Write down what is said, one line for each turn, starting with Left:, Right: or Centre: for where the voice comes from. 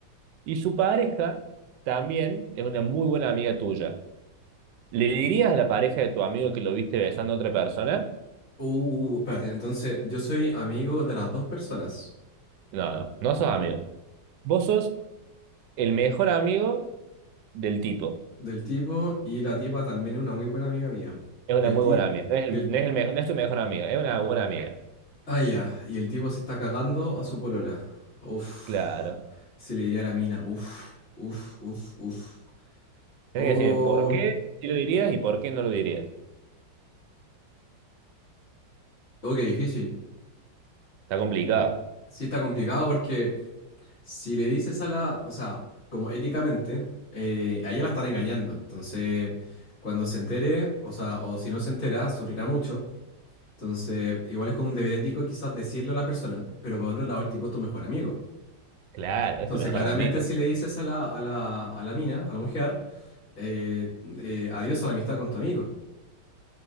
Right: y su pareja también es una muy buena amiga tuya. ¿Le dirías a la pareja de tu amigo que lo viste besando a otra persona?
Left: Uh, espérate, entonces yo soy amigo de las dos personas,
Right: No, no, no sos amigo. Vos sos el mejor amigo del tipo.
Left: del tipo y la tipa también es una muy buena amiga mía.
Right: Es una
Left: Y el
Right: muy
Left: ti
Right: buena amiga. No es el,
Left: y el
Right: no es el mejor, no es tu mejor amiga, es una buena amiga.
Left: ah ya, y el tipo se está cagando a su polola. Uf.
Right: Claro.
Left: Se le diría a la mina. Uf, uf, uf, uf.
Right: Tienes
Left: Oh,
Right: que decir por qué sí lo dirías y por qué no lo dirías.
Left: oh, qué difícil.
Right: Está complicado.
Left: Sí está complicado porque Si le dices a la, o sea, como éticamente, eh, a ella la están engañando. Entonces, cuando se entere, o sea, o si no se entera, sufrirá mucho. Entonces, igual es como un deber ético quizás decirle a la persona, pero por otro lado, el tipo es tu mejor amigo.
Right: Claro,
Left: Entonces,
Right: es tu mejor
Left: claramente
Right: amigo.
Left: si le dices a la, a la, a la mina, a la mujer, eh, eh, adiós a la amistad con tu amigo.